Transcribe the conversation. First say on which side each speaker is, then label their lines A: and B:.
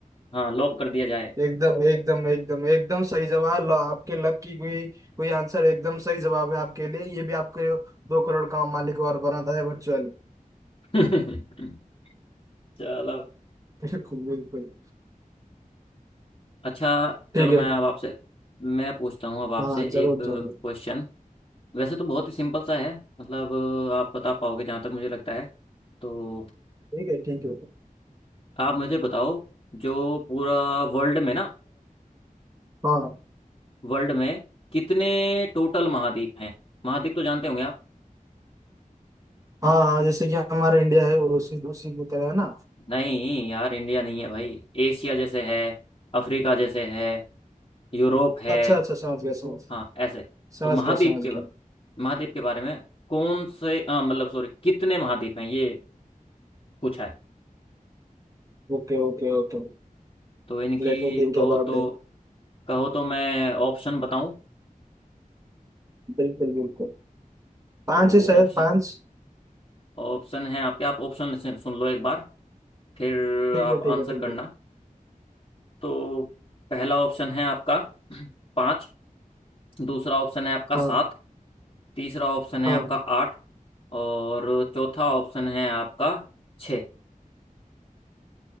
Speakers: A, on the left (about 35°); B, on the right (about 20°).
A: हाँ लॉक कर दिया जाए
B: एकदम एकदम एकदम एकदम सही जवाब लो आपके लक की कोई कोई आंसर एकदम सही जवाब है आपके लिए ये भी आपके दो करोड़ का मालिक और बनाता है वर्चुअली
A: <laughs> चलो
B: बिल्कुल बिल्कुल
A: अच्छा
B: ठीक
A: चलो मैं
B: है
A: अब आपसे मैं पूछता हूँ अब आपसे
B: हाँ जरूर
A: एक क्वेश्चन
B: जरूर
A: वैसे तो बहुत ही सिंपल सा है मतलब आप बता पाओगे जहाँ तक मुझे लगता है तो
B: ठीक है ठीक है
A: आप मुझे बताओ जो पूरा वर्ल्ड में ना
B: हाँ हाँ
A: वर्ल्ड में कितने टोटल महाद्वीप हैं महाद्वीप तो जानते होंगे आप
B: हाँ, जैसे कि हमारा इंडिया है वो उसी उसी की तरह है ना
A: नहीं यार इंडिया नहीं है भाई एशिया जैसे है अफ्रीका जैसे है यूरोप है
B: अच्छा अच्छा समझ गया समझ
A: हाँ ऐसे
B: समझ
A: तो महाद्वीप
B: गया समझ
A: के
B: गया
A: बा- महाद्वीप के बारे में कौन से हाँ, मतलब सॉरी कितने महाद्वीप हैं ये पूछा है
B: Okay okay okay
A: तो इनकी
B: Let me think
A: कहो
B: about
A: तो
B: it
A: कहो तो मैं ऑप्शन बताऊं
B: बिल्कुल बिल्कुल पांच
A: तो
B: है शायद
A: ऑप्शन
B: पांच
A: ऑप्शन है आपके आप ऑप्शन सुन लो एक बार फिर
B: ठीक
A: आप
B: है ठीक
A: आंसर
B: है ठीक
A: करना
B: है
A: तो पहला ऑप्शन है आपका पाँच दूसरा ऑप्शन है आपका
B: हाँ
A: सात तीसरा ऑप्शन है
B: हाँ
A: आपका आठ और चौथा ऑप्शन है आपका छः